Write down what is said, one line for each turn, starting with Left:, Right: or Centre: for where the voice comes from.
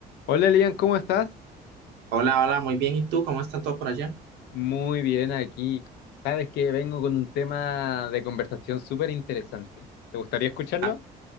Left: Hola Elian, ¿cómo estás?
Right: Hola, hola, muy bien. ¿Y tú? ¿Cómo están todos por allá?
Left: Muy bien aquí. Sabes que vengo con un tema de conversación súper interesante. ¿Te gustaría escucharlo?
Right: Ah,